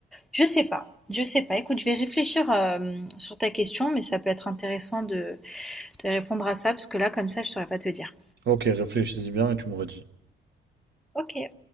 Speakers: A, in the centre; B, on the right.
A: Je sais pas, je sais pas. Écoute, je vais réfléchir euh, sur ta question, mais ça peut être intéressant de, de répondre à ça, parce que là, comme ça, je saurais pas te dire.
B: Ok, réfléchis-y bien et tu me redis.
A: Ok.